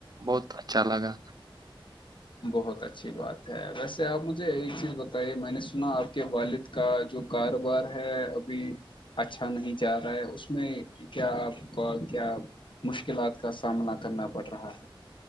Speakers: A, on the right; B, on the left.
A: بہت اچھا لگا
B: بہت اچھی بات ہے ویسے آپ مجھے یہ چیز بتائیے میں نے سنا آپ کے والد کا جو کاروبار ہے ابھی اچھا نہیں جا رہا ہے اس میں کیا آپ کو کیا مشکلات کا سامنا کرنا پڑ رہا ہے